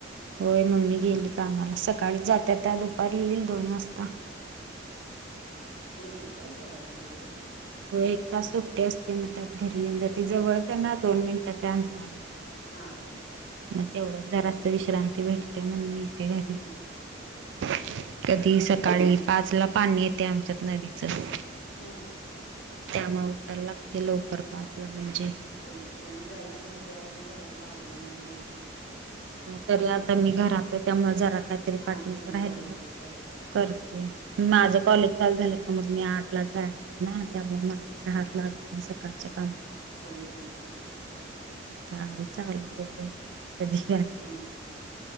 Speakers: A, on the right (about 65°); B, on the left (about 55°).
A: होय मम्मी गेली कामाला सकाळी, जाते त्या दुपारी येईल दोन वाजता.
B: कितकय जेवायला वगैरे
A: हो एक तास सुट्टी असते मग त्यात घरी येऊन जाती जवळच ना, दोन मिनिटाच्या अंतरावर.
B: हा हा हा.
A: मग तेवढंच जरास विश्रांती भेटते.
B: होय की
A: <unintelligible> त ती सकाळी पाय ला पाणी येते आमच्यात नदीचं.
B: हम्म.
A: त्यामुळे उठायला लागते लवकर पाच ला. म्हणजे
B: होयच की आणि जायचं म्हटल्यावर पण घरात लावरून व्हायच की.
A: तरी आता मी घरात आहे त्यामुळे जरा. काहीतरी
B: हा
A: पाठी
B: तुम्ही
A: राहिलेलं
B: जरा मदत करताय होय
A: करते.
B: की
A: माझं कॉलेज चालू झालं का मग मी आठ लाच जाय ना, त्यामुळे मला काय हात लागत नाही सकाळ <unintelligible>
B: होय की
A: का आता च ब कधीच
B: हम्म.